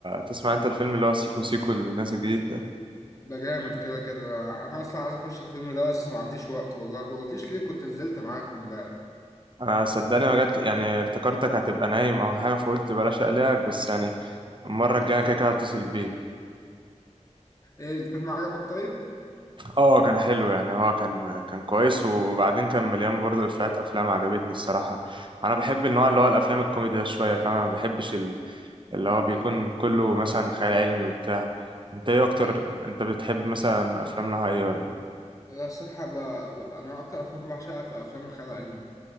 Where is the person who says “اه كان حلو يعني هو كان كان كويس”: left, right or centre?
Right